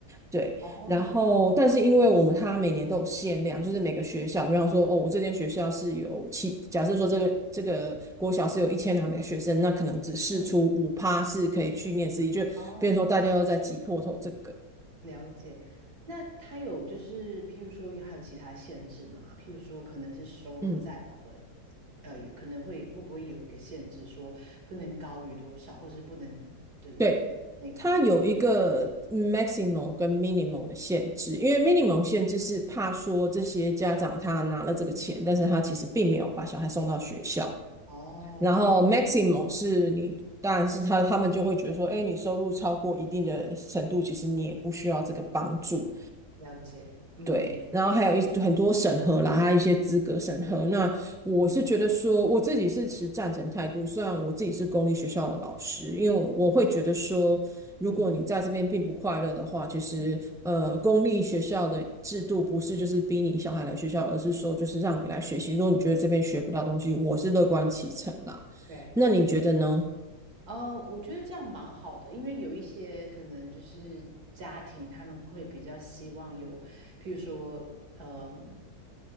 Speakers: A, in the centre; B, on the right.
A: 对，
B: 哦，
A: 然后但是因为我们它每年都有限量，就是每个学校，比方说哦，我这间学校是有七，假设说这个这个国小是有一千两百个学生，那可能只试出五趴是可以去念私立，
B: 嗯哦嗯对嗯嗯
A: 就变成说大家都在挤破头这个。
B: 哦哦嗯哦了解。那他有就是，譬如说还有其他限制吗？譬如说可能是收入在某个，
A: 嗯
B: 呃，有可能会会不会有一个限制，说不能高于多少，或是不能就是那那方面的。
A: 对，它有一个 maximum 跟 minimum 的限制，因为 minimum
B: 哦，
A: 限制是怕说这些家长他拿了这个钱，
B: 嗯
A: 但是他其实并没有把小孩送到学校，
B: 哦，
A: 然后
B: 了
A: maximum 是你，当然是他他们就会觉得说，哎，你收入超过一定的程度，其实你也不需要这个帮助。
B: 了解，嗯嗯
A: 对，然后还有一很多审核啦，还有一些资格审核。那我是觉得说，
B: 嗯，嗯
A: 我自己是持赞成态度。虽然我自己是公立学校的老师，因为我我会觉得说，
B: 对，
A: 如果你在这边并不快乐的话，
B: 嗯
A: 其实呃，
B: 嗯，
A: 公立学校的制度不是就是逼你小孩来学校，而是说就是让你来学习。如果你觉得这边学不到东西，我是乐观其成啦。
B: 对，
A: 那你觉得呢？
B: 没呃，我觉得这样蛮好的，因为有一些可能就是家庭，他们会比较希望有，譬如说，嗯、